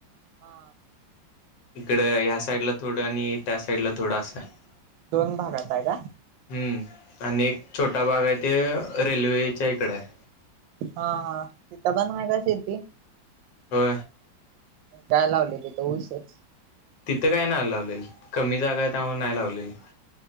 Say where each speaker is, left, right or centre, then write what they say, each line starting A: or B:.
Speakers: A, on the right (about 80°); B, on the left (about 70°).
A: हा
B: इकडं ह्या साइड ला थोडं आणि त्या साइड ला थोडं असं आहे
A: दोन भागात आहे का
B: हम्म आणि एक छोटा भाग आहे ते रेल्वेच्या इकड आहे
A: हा हा तिथ बन माय कशी ती
B: हो
A: काय लावले ते त उशच
B: तिथं काय नाही लावलेल कमी जागा त्यामुळे नाही लावलेल